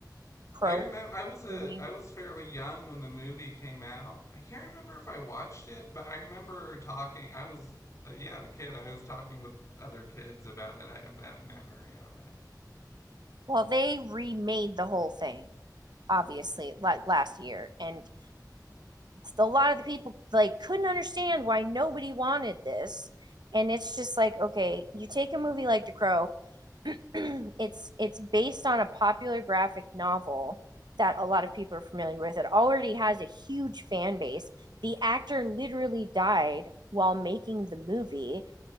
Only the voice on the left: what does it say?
I remember I was a
I was fairly young when the movie came out. I can't remember if I watched it, but I remember talking. I was uh, yeah, a kid. I was talking with other kids about it. I have that memory of it.